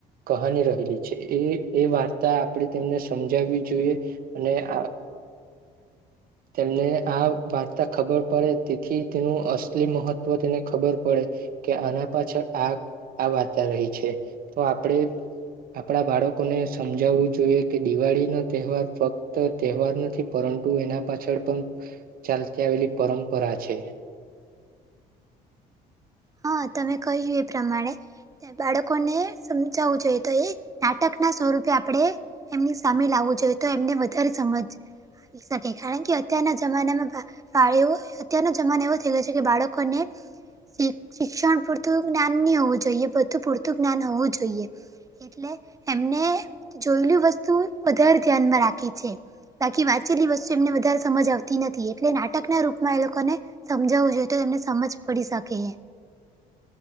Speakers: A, on the right (about 60°); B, on the right (about 20°).
A: કહાની રહેલી છે એ એ વાર્તા આપણેે તેમને સમજાવી જોઈ અને આ તેમને આ વાર્તા ખબર પડે તેથી તેનું અસલી મહત્ત્વ તેને ખબર પડે કે આના પાછળ આ આ વાર્તા રહી છે તો આપણેે આપણા બાળકોને સમજાવવું જોઈએ કે દિવાળી નથ તહેવાર ફક્ત તહેવાર નથી પરંતુ એના પાછળ પણ ચાલતી આવેલી પરંપરા છે.
B: હા તમે કહ્યું એ પ્રમાણે બાળકોને સમજાવવું જોઈએ તો એ નાટક ના સ્વરૂપે આપણે એમની સામે લાવું જોઈએ તો એમને વધારે સમજ <unintelligible> અત્યારના જમાનામાં <unintelligible> અત્યારનો જમાનો એવો થઈ ગયો છે કે બાળકોને શીખ શિક્ષણ પૂરતું જ્ઞાન ની હોવું જોઈએ બધું પૂરતું જ્ઞાન હોવું જોઈએ એટલે એમને જોયેલ વસ્તુ વધારે ધ્યાનમાં રાખી છે. બાકી વાંચેલી વસ્તુ એમને વધારે સમજ આવતી નથી એટલે નાટક ના રૂપમાં એ લોકોને સમજાવવું જોઈએ તો એમને સમજ પડી શકે